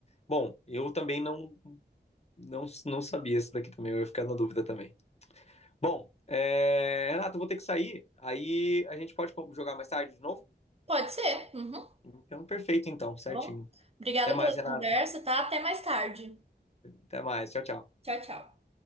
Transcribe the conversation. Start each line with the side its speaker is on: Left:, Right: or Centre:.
Left: Bom, eu também não, não, não sabia esse daqui também, eu ia ficar na dúvida também. Bom, é, Renato, eu vou ter que sair, aí a gente pode jogar mais tarde de novo?
Right: Pode ser. Uhum.
Left: Então, perfeito então, certinho.
Right: Tá bom? Obrigada
Left: Até mais,
Right: pela
Left: Renato.
Right: conversa, tá? Até mais tarde.
Left: Até mais, tchau, tchau.
Right: Tchau, tchau.